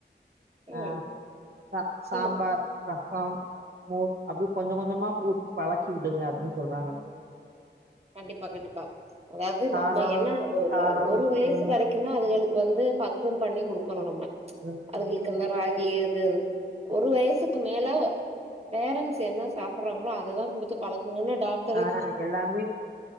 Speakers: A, on the right; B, on the right.
A: அ
B: ம்
A: ச சாம்பார்
B: சொல்லுங்க
A: ரசம் மோர் அப்டி கொஞ்சோ கொஞ்சமா பூட்டி பழக்கி விடுங்க அப்டின்னு சொல்றாங்க
B: கண்டிப்பா கண்டிப்பா அதாவுது
A: காரம்
B: நம்ம என்ன ஒரு
A: காரம்
B: ஒரு வயசு
A: ம்
B: வரைக் குமே அதுகளுக்கு வந்து பக்குவோ பண்ணி குடுக்கணு நம்ம
A: <unintelligible>
B: அதுகளுக்கு இந்த ராகி அது இது ஒரு வயசுக்கு மேல பேரண்ட்ஸ் என்ன சாப்பிறாங்களோ அதைதா குடுத்து பழக்குங்கனு டாக்டர்
A: ஆ எல்லாமே